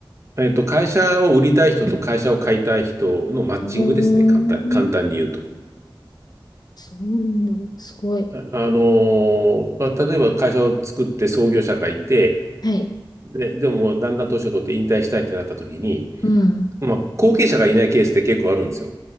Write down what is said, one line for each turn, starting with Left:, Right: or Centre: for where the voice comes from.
Right: えっと、会社を売りたい人と会社を買いたい人のマッチングですね、
Left: うーん
Right: 簡単、簡単に言うと。
Left: そうなんだ。すごい。
Right: あ、あのーまあ、例えば会社を作って創業者がいて、
Left: はい。
Right: で、でもだんだん年を取って引退したいってなった時に、
Left: うん。
Right: まあ、後継者がいないケースって結構あるんですよ。